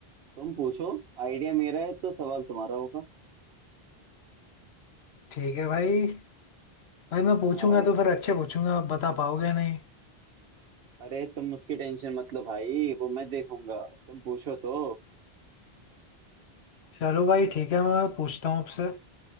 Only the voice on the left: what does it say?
ठीक है भाई भाई मैं पूछूंगा
तो फिर अच्छे पूछूंगा आप बता पाओगे नहीं
चलो भाई ठीक है मैं पूछता हूँ आपसे